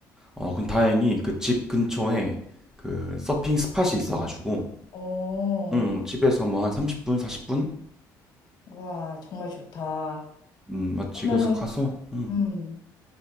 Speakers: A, in the centre; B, on the left.
A: 어, 근 다행히 그 집 근처에 그 서핑 스팟이 있어가지고,
B: 어,
A: 응, 집에서 뭐 한 30분, 40분?
B: 와, 정말 좋다.
A: 음, 맞지.
B: 그러면은,
A: 그래서 가서, 응.
B: 음.